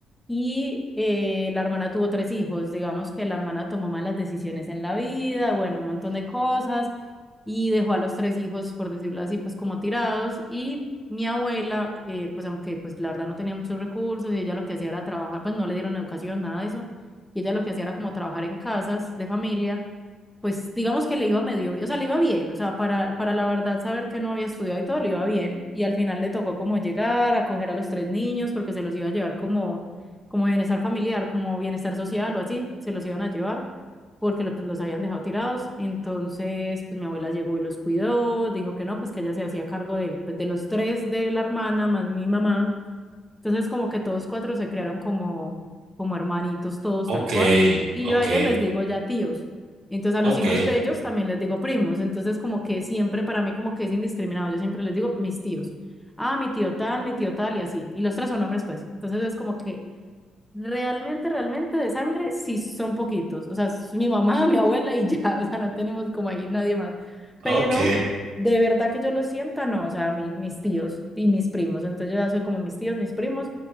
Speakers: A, in the centre; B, on the right.
A: y eh, la hermana tuvo tres hijos. Digamos que la hermana tomó malas decisiones en la vida, bueno, un montón de cosas y dejó a los tres hijos, por decirlo así, pues como tirados. Y mi abuela, eh, pues aunque pues la verdad no tenía muchos recursos y ella lo que hacía era trabajar, pues no le dieron educación, nada de eso. Y ella lo que hacía era como trabajar en casas de familia pues digamos que le iba medio bien, o sea, le iba bien, o sea, para, para la verdad saber que no había estudiado y todo, le iba bien. Y al final le tocó como llegar, acoger a los tres niños, porque se los iba a llevar como, como bienestar familiar, como bienestar social o así, se los iban a llevar, porque lo- pues, los habían dejado tirados. Entonces, pues mi abuela llegó y los cuidó, dijo que no, pues que ella se hacía cargo del- pues, de los tres de la hermana, más mi mamá. Entonces, como que todos cuatro se crearon como, como hermanitos, todos tal
B: Ok,
A: cual. Y
B: ok,
A: yo a ellos les digo ya tíos. Y entonces a los
B: ok,
A: hijos de ellos también les digo primos. Entonces, como que siempre para mí como que es indiscriminado. Yo siempre les digo mis tíos. Ah, mi tío tal, mi tío tal y así. Y los tres son hombres, pues. Entonces es como que Realmente, realmente de sangre, sí son poquitos. O sea, es mi mamá, <laughs> mi abuela y ya. <laughs> O sea, no tenemos como ahí nadie más. Pero
B: ok.
A: de verdad que yo lo sienta, no. O sea, mi- mis tíos y mis primos. Entonces yo ya soy como mis tíos, mis primos.